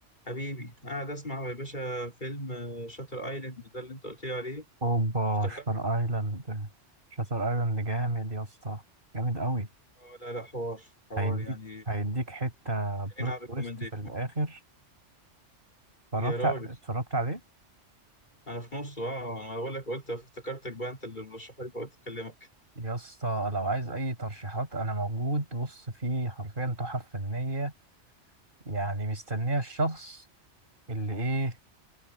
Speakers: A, on the left; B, on the right.
A: حبيبي قاعد اسمع يا باشا فيلم آه، شاتر ايلاند ده اللي انت قلت لي عليه
B: اوبا
A: افتكرت
B: شاتر ايلاند شاتر ايلاند جامد يا اسطى جامد قوي
A: آه، لا لا حوار حوار
B: هيديك
A: يعني
B: هيديك حته بلوت
A: جايين على الريكومنديشن
B: تويست في الاخر اتفرجت
A: يا راجل
B: ع- اتفرجت عليه
A: انا في نصه اه انا بقول لك قلت افتكرتك بقى انت اللي مرشحه لي فقلت اكلمك
B: يا اسطى لو عايز اي ترشيحات انا موجود بص فيه حرفيا تحف فنيه يعني مستنيه الشخص اللي ايه